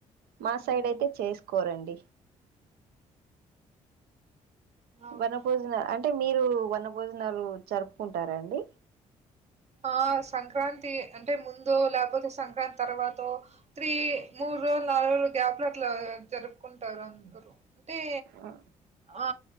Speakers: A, on the right; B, on the right.
A: మా సైడ్
B: ఉమ్,
A: ఐతె చేసుకోరండి
B: అవునా
A: వన భోజనలు అంటె మీరూ వన భోజనాలు జరుపుకుంటారండి
B: ఆ సంక్రాంతి అంటె ముందో లేకపోతె సంక్రాంతి తర్వాతో త్రీ మూడు రోజుల్ నాలు రోజుల గ్యాప్ లో అట్లా జరుపుకుంటారు అందరూ టీ
A: ఆ
B: ఆ